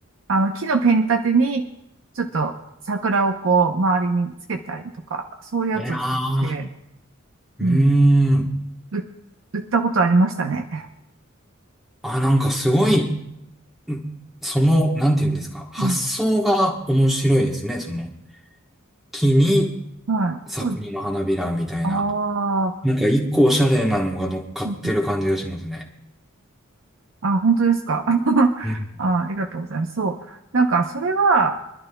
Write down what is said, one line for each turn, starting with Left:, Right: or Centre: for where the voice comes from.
Right: あの木のペン立てに、ちょっと桜をこう周りにつけたりとか、そういうやつを作って、
Centre: えらー。
Right: うん、
Centre: うーん。
Right: う売ったことありましたね。
Centre: あ、なんかすごい、
Right: うん
Centre: んその、なんていうんですか、発想が面白いですね。
Right: うん
Centre: その、木に
Right: はい、
Centre: 作品の花びらみたいな。
Right: そうです。ああ、
Centre: なんか一個おしゃれなのが乗っかってる感じがしますね。
Right: うんあ、本当ですか。<laughs>
Centre: うん。
Right: あ、ありがとうございます。そう。なんか、それは、